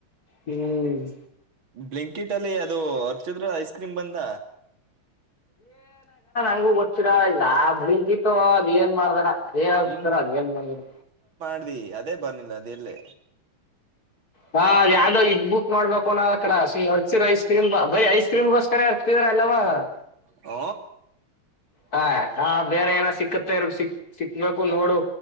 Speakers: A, on the left; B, on the right.
A: ಹ್ಮ್
B: ಬ್ಲಿಂಕೆಟ್ ಅಲ್ಲಿ ಅದು ಅರ್ಚಿದ್ರ ಐಸ್ ಕ್ರೀಮ್ ಬಂದ
A: ನಂಗು ಗೊತ್ತೀರಾ ಯಾವ್ ಬ್ಲೈಂಕೀಟ್ ಅದ ಏನ್ ಮಾಡ್ದಾರ ಏನ್ ಹಕ್ತಾರ
B: ಇನ್
A: ಅದ ಏನ್ ಮಾಡರೊ
B: <unintelligible> ಅದೇ ಬರ್ನ್ನಿಲ್ಲ ಅದೆಲ್ಲೇ
A: ಹಾ ಅ ಯಾವ್ದ್ ಇದ ಬುಕ್ ಮಾಡ್ಬೇಕ <unintelligible> ಕಡ ಸರ್ಚಿರ ಐಸ್ ಕ್ರೀಮ್ ಬರರಿ ಐಸ್ ಕ್ರೀಮ್ ಬೋಸ್ಕರ ಹಕ್ತಿದ <unintelligible>
B: ಓ
A: ಹ ಹಾ ಬೇರೆ ಏನ ಸಿಕ್ಕತ್ತರ ಸಿಕ್ ಸಿಕ್ಬೇಕು ನೋಡು